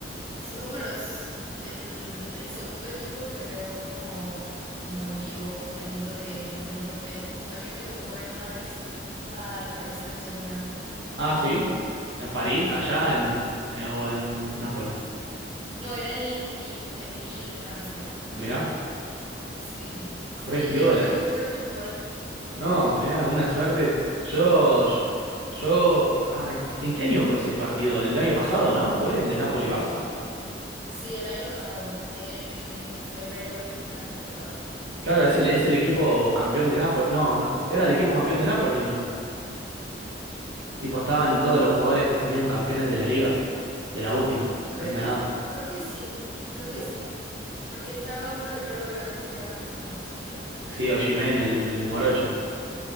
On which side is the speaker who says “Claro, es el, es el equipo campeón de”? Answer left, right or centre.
Right